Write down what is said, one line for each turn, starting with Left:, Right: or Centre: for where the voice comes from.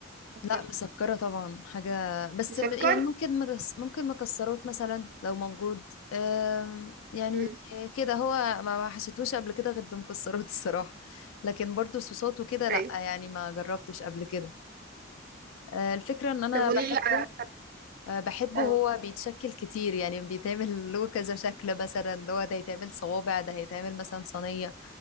Right: أكتر
Left: لا مسكرة طبعا حاجة بس
Right: مسكر؟
Left: م- يعني ممكن مكس ممكن مكسرات مثلا لو موجود آه يعني
Right: مم.
Left: كده هو ما ما حشيتهوش قبل كده غير بمكسرات <laughs> الصراحة لكن برضو صوصات وكده لا
Right: أيوه
Left: يعني ما جربتش قبل كده آه الفكرة ان انا
Right: طب قولي
Left: بحبه
Right: لي على
Left: أه، بحبه
Right: اه
Left: هو بيتشكل كتير يعني بيتعمل له كذا شكل مثلا اللي هو ده يتعمل صوابع ده هيتعمل مثلا صينية